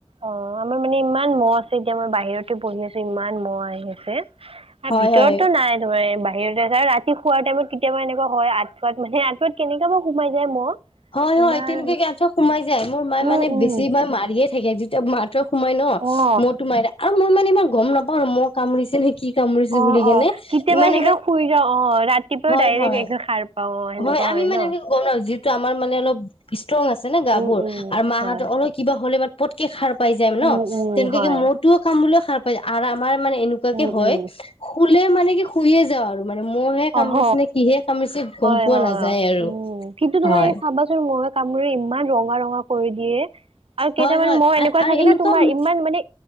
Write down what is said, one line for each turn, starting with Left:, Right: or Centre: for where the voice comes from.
Right: অ', আমাৰ মানে ইমান মহ আছে এতিয়া, মই বাহিৰতে বহি আছো ইমান মহ আহি আছে।
Left: হয়
Right: ভিতৰতটো
Left: হয়
Right: নাই তোমাৰ ব সেই ৰাতি শোৱাৰ টাইমত কেতিয়াবা এনেকুৱা হয় আঠুৱাত মানে আঠুৱাত কেনেকা মই সোমাই যায় মহ
Left: হয়
Right: ইমান
Left: হয় তেনেকুৱাক কে আঁঠ সোমাই যায় মোৰ মায়ে
Right: উম
Left: মানে
Right: উম
Left: বেছি মই মাৰিয়ে থাকে যেতিয়া মাৰ সোমাই ন
Right: উম
Left: মই তোমাই আৰু মই মানে এইবাৰ গম নাপাও ন মহ কামুৰিছে নে কি মহ কামুৰিছে
Right: অ অ
Left: বুলি
Right: অ
Left: কেনে
Right: কেতিয়াবা
Left: ইমান
Right: এনেকা
Left: মহ
Right: শুই যাওঁ অ ৰাতিপুৱাও
Left: হয়
Right: ডাইৰেক্ট
Left: হয়
Right: একদম সাৰ পাওঁ অ সেনেকুৱা
Left: হয় আমি মানে
Right: ন।
Left: এনেক গম না যি আমাৰ মানে অলপ ষ্ট্ৰং আছে না গা
Right: উম
Left: বোৰ
Right: উম
Left: আৰু মাহতৰ
Right: হয়
Left: অলপ কিবা হ'লে মান পতকে খাৰ পাই যায়
Right: উম
Left: ন
Right: উম
Left: তেনেকে
Right: হয়
Left: মহটোও কামোৰিলে বুল সাৰ পাই যায় আৰাম মানে এনেকুৱাকে
Right: উম
Left: হয়
Right: উম
Left: খুলে মানে কি শুইয়ে যাওঁ আৰু আৰু মহে কামৰিছে
Right: অহ
Left: নে কিহে কামৰিছে গম পোৱা
Right: হয়,
Left: নাযায় আৰু
Right: উম, কিন্তু তোমাৰ
Left: হয়
Right: এই চাবাচোন মহে কামোৰে ইমান ৰঙা ৰঙা কৰি দিয়ে। আৰু কেইটামান
Left: হয় হয়
Right: মহ এনেকুৱা
Left: আ- আৰু
Right: থাকে ন', তোমাৰ
Left: ম-
Right: ইমান মানে